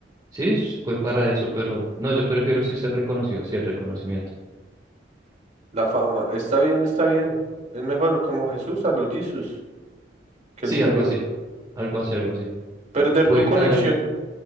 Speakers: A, on the right (about 20°); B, on the right (about 40°).
A: Sí, s- fue para eso, pero no, yo prefiero sí ser reconocido, sí el reconocimiento.
B: La fama, está bien, está bien. Es mejor como Jesús a los Jesús, que
A: Sí,
B: él murió.
A: algo así, algo así, algo así.
B: Perder
A: Puede
B: tu conexión
A: que hayan,